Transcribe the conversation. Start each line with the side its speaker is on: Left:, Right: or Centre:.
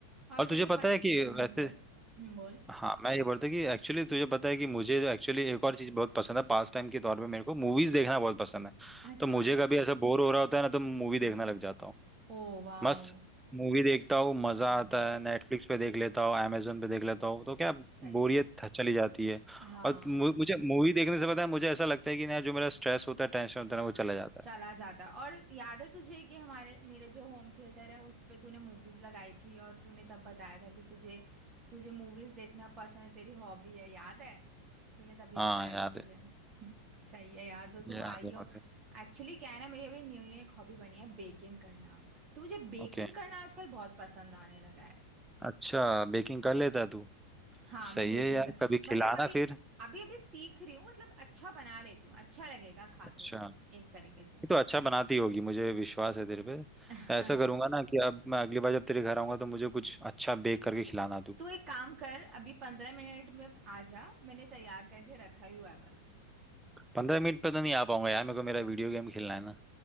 Right: और
Centre: और तुझे
Right: तुझे
Centre: पता
Right: पत
Centre: है कि
Right: हम्म
Centre: वैसे
Right: बोल हम्म, बोल
Centre: हाँ मैं ये बोलता कि एक्चुअली तुझे पता है कि मुझे जो एक्चुअली एक और चीज़ बहुत पसंद है पास टाइम के तौर पे मेरे को मूवीज देखना बहुत पसंद है
Right: अच्छा
Centre: तो मुझे कभी ऐसा बोर हो रहा होता है ना तो मूवी
Right: हाँ
Centre: देखने
Right: हाँ
Centre: लग जाता हूँ
Right: ओ वाओ
Centre: मस्त मूवी देखता हूँ मज़ा
Right: हम्म
Centre: आता है नेटफ्लिक्स पे देख लेता हूँ Amazon पे देख लेता हूँ तो क्या
Right: सही
Centre: बोरियत
Right: है
Centre: चली जाती है
Right: हाँ
Centre: और मु- मुझे मूवी देखने से पता है मुझे ऐसा लगता है कि ना जो मेरा स्ट्रेस होता है टेंशन होता है ना वो चला जाता
Right: चला
Centre: है
Right: जाता है। और याद है तुझे कि हमारे मेरे जो होम थिएटर है उस पे तूने मूवीज लगाई थी और तूने तब बताया था कि तुझे तुझे मूवीज देखना पसंद है तेरी हॉबी है याद है तूने तभी
Centre: हाँ
Right: बताया
Centre: याद
Right: था मुझे
Centre: है
Right: हम्म, सही है यार तो तू
Centre: याद
Right: आई
Centre: है
Right: हो
Centre: मुझे
Right: एक्चुअली क्या है ना मेरी अभी न्यू न्यू एक हॉबी बनी है बेकिंग करना तो मुझे बेकिंग
Centre: ओके
Right: करना आजकल बहुत पसंद आने लगा है
Centre: अच्छा बेकिंग कर लेता है तू
Right: हाँ मैं
Centre: सही
Right: बेकिंग
Centre: है यार
Right: का
Centre: कभी
Right: मतलब
Centre: खिलाना
Right: अभी
Centre: फिर
Right: अभी अभी सीख रही हूँ मतलब अच्छा बना लेती हूँ अच्छा लगेगा खा
Centre: अच्छा
Right: के एक तरीके से
Centre: तो अच्छा बनाती होगी मुझे विश्वास है तेरे पे
Right: <laughs>
Centre: ऐसा करूंगा ना कि अब मैं अगली बार जब तेरे घर आऊंगा तो मुझे कुछ अच्छा बेक करके खिलाना तू
Right: तू एक काम कर अभी पंद्रह मिनट में आ जा मैंने तैयार करके रखा ही हुआ है बस
Centre: पंद्रह मिनट पे तो नहीं आ पाऊंगा यार मेरे को मेरा वीडियो गेम खेलना है ना